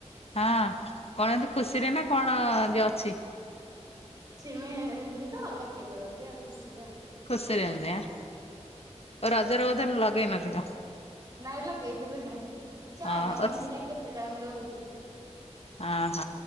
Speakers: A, on the left (about 60°); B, on the right (about 35°).
A: ହଁ କଣ ଏନ୍ତୀ ଖୁସିରେ ନା କଣ ଯଉ ଅଛି?
B: ଛିମି ମେହେନ୍ଦି ତ ଲଗେଇଦେଉଛନ୍ତି ଆଉ ଖୁସି ହଁ।
A: ଖୁସିରେ ଏମିତି ଆଁ? ରଜରେ ବୋଧେ ଲଗେଇ ନଥିଲ
B: ନାଇଁ ଲଗେଇଥିଲେ
A: ହଁ
B: ଚାଇଁନା ମେହେନ୍ଦୀଟା କେତେ ଟାଇମ ରହୁଛି।
A: ଅହ